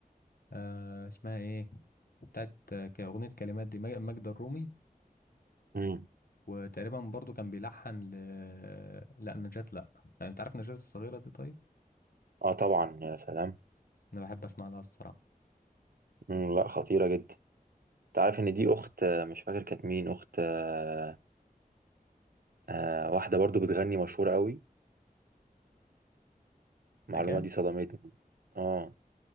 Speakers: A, on the left; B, on the right.
A: آه اسمها ايه بتاعت آه، ك- اغنيه كلمات دي مج- ماجدة الرومي
B: امم
A: وتقريبا برضو كان بيلحن ل لا نجاة لا يعني انت عارف نجاة الصغيره دي طيب
B: اه طبعا يا سلام
A: انا بحب اسمع لها الصراحه
B: مم، لا خطيرة جدا انت عارف ان دي اخت آه، مش فاكر كانت مين اخت آه، آه، واحدة برضو بتغني مشهورة قوي المعلومة
A: نجاة
B: دي صدمتني اه